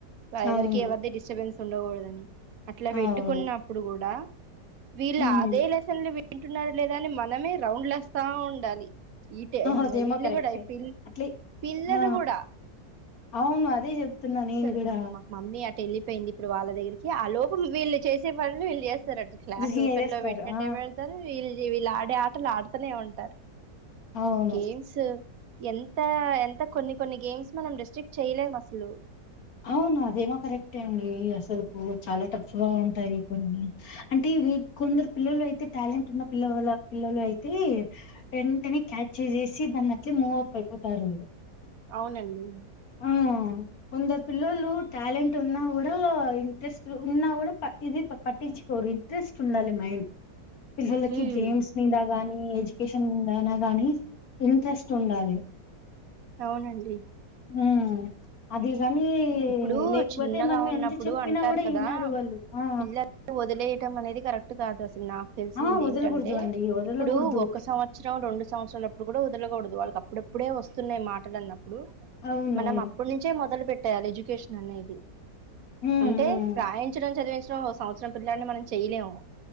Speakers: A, on the right; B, on the left.
A: ఎవరికి
B: అవును
A: ఎవది డిస్టబెన్స్ ఉండకూడదని అట్లా పెట్టుకున్నప్పుడు
B: అవును
A: కూడా వీళ్ళు
B: ఉమ్
A: అదే లెసన్ లు తింటున్నారు లేదా అని మనమే రౌండ్లెస్తా ఉండాలి ఈ
B: అదేమో
A: వీళ్ళు
B: కరెక్టే
A: కూడా పిల్
B: అట్లీ
A: పిల్లలు
B: ఆ
A: కూడా
B: అవును అదే చెప్తున్నా నేను
A: అసలు
B: కూడా
A: అమ్మ మమ్మీ అ ఎళ్లిపోయింది ఇప్పుడు వాళ్ళ దగ్గరికి ఆ లోపు వీళ్ళు చేసే పనులు వీళ్ళు చేస్త సార్ అటు క్లాస్
B: అది చేసేస్తారు
A: ఓపెన్ లో పెట్టినట్టు
B: ఆ
A: ఏమ వెళ్తారు వీళ్ళు వీళ్ళ ఆడే ఆటలు ఆడుతూనే ఉంటారు
B: అవును
A: గేమ్స్ ఎంత ఎంత కొన్ని కొన్ని గేమ్స్ మనం డిస్ట్రిక్ట్ చేయలేం అసలు
B: అవును అదేమో కరెక్టే అండి అసలు కుచాలా టఫ్ గా ఉంటాయి కొన్ని అంటే ఇవి కొందరు పిల్లలు అయితే టాలెంట్ ఉన్న పిల్లల వల్ల పిల్లలు అయితే వెంటనే క్యాచ్ చేసేసి దాన్ని అట్లే మూవ్ అప్ అయిపోతారు
A: అవునండి
B: మ్ కొందరు పిల్లలు టాలెంట్ ఉన్నా కూడా ఇంట్రెస్ట్ ఉన్నా కూడా ఇది పట్టించుకోరు ఇంట్రెస్ట్ ఉండాలి మెయిన్ పిల్లకి
A: ఉమ్
B: గేమ్స్ మీదా గానీ ఎడ్యుకేషన్ మీందైనా గానీ ఇంట్రెస్ట్ ఉండాలి
A: అవునండి
B: మ్... అది కాని
A: ఇప్పుడు
B: లేకపోతే
A: చిన్నగా
B: మనం
A: ఉన్నప్పుడు
B: ఎంత చెప్పినా
A: అంటారు
B: కూడా
A: కదా
B: వినరు వాళ్ళు ఆ
A: పిల్లలు వదిలేయటం అనేది కరెక్ట్ కాదా నాకు తెలిసిినది
B: ఆ వదలకూడదు
A: ఏంటంటే
B: అండి వదలకూడదు
A: ఇప్పుడు ఒక సంవత్సరం రెండు సంవత్సరాల అప్పుడు కూడా కూడదు వాళ్ళకి అప్పుడప్పుడే వస్తున్నాయి మాటలున్న ఇప్పుడు
B: అవునవును
A: మనం అప్పుడు నుంచే మొదలు పెట్ యాలి ఎడ్యుకేషన్ అనేది
B: ఉమ్
A: అంటే
B: ఉమ్
A: ప్రయించడం చదివించ సంవత్రం పిల్లని మనం చేయలేము